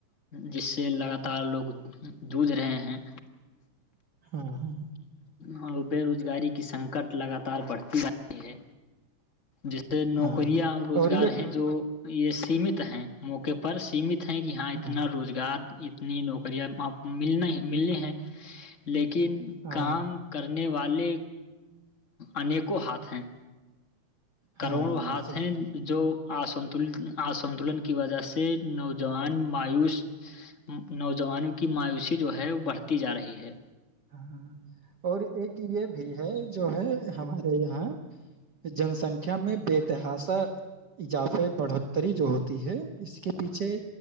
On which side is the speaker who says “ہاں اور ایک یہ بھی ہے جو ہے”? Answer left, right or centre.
Right